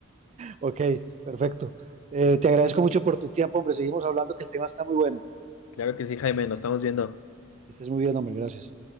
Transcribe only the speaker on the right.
Ok, perfecto. Eh, te agradezco mucho por tu tiempo, hombre. Seguimos hablando que el tema está muy bueno.
Que estés muy bien, hombre. Gracias.